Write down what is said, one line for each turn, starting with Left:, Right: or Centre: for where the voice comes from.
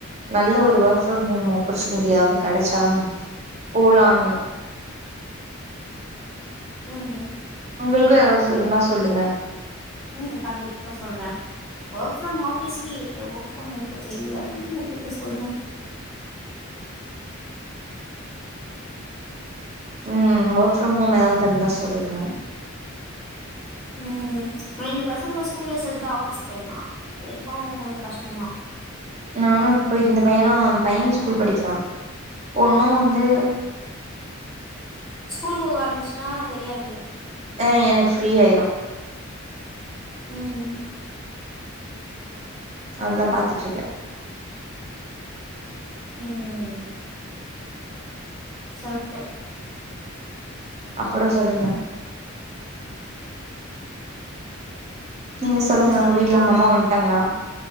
Right: நல்ல ஒரு ஒர்க் ஃப்ரம் ஹோம் ஆப்பர்ச்சுனிட்டியாது கெடைச்சா போலாங்க
Centre: ம்
Right: உங்களுக்கு எதாச்சு இருந்தா சொல்லுங்க
Centre: ம் கண்டிப்பா சொல்றே ஒர்க் ஃப்ரம் ஆஃபிஸ்க்கு இருக்கு ஒர்க் ஃப்ரம் ஹோம்க்கு தெரில மே பி நா கேட்டு சொல்றே
Right: ம் ஒர்க் ஃப்ரம் ஹோம் எதாது இருந்தா சொல்லுங்க
Centre: ம் ரெண்டு பசங்கல ஸ்கூல்ல சேத்துட்டா ஆஃபீஸ் போயிட்லா அது வரைக்கு கொஞ்சோ கஷ்டந்தா
Right: நானு இப்ப இந்த பையனு வந் பையன் ஸ்கூல் படிக்கிறா பொண்ணு வந்து
Centre: ஸ்கூல் போவ ஆரம்பிச்சுட்டா தெரியாது
Right: அ எனக்கு ஃப்ரீ ஆயிரு
Centre: ம்
Right: அதா பாத்துட்ருக்கே
Centre: ம் இட்ஸ் ஓகே
Right: அப்பறோ சொல்லுங்க நீங்க சொல்லுங்க
Centre: என்ன சொல்லலாம்
Right: உங்க வீட்ல உங்க அம்மா வன்ட்டாங்ளா